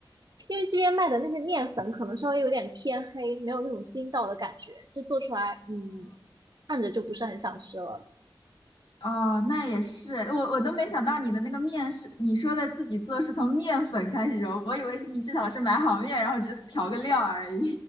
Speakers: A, on the right (about 55°); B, on the left (about 70°).
A: 因为这边卖的那些面粉可能稍微有点偏黑，没有那种筋道的感觉，就做出来，嗯，看着就不是很想吃了。
B: 哦，那也是，我我都没想到你的那个面是你说的自己做，是从面粉开始揉，我以为你至少是买好面，然后只是调个料而已。